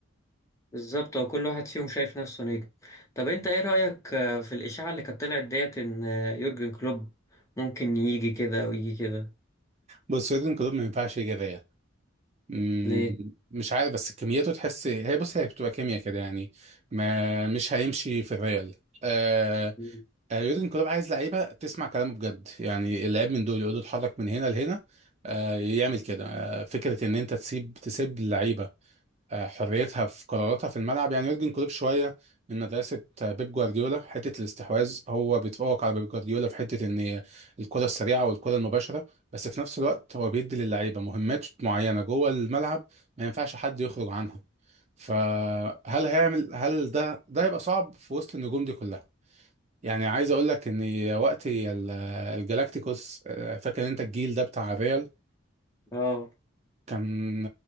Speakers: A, on the left (about 15°); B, on the right (about 35°).
A: بالظبط هو كل واحد فيهم شايف نفسه نجم طب انت ايه رايك آه، في الاشاعه اللي كانت طلعت ديت ان آه، يورجن كلوب ممكن يجي كده ويجي كده
B: بص سويدن كلوب ما ينفعش جرايه مم،
A: ليه
B: مش عارف بس كميته تحس هي بص هي بتبقى كيمياء كده يعني ما مش هيمشي في الريال آه
A: مم.
B: آه، يورجن كلوب عايز لعيبه تسمع كلامه بجد يعني اللعيب من دول يقول له اتحرك من هنا لهنا آه يعمل كده آه فكره ان انت تسيب تسيب اللعيبه آه، حريتها في قراراتها في الملعب يعني يورجن كلوب شويه من مدرسه آه، بيب جوارديولا حته الاستحواذ هو بيتفوق على بيب جوارديولا في حته ان الكره السريعه والكره المباشره بس في نفس الوقت هو بيدي للعيبه مهمات معينه جوه الملعب ما ينفعش حد يخرج عنها فهل هيعمل هل ده ده هيبقى صعب في وسط النجوم دي كلها يعني عايز اقول لك ان وقت ال- آه، الجالاكتيكوس آه، فاكر انت الجيل ده بتاع الريال
A: اه
B: كان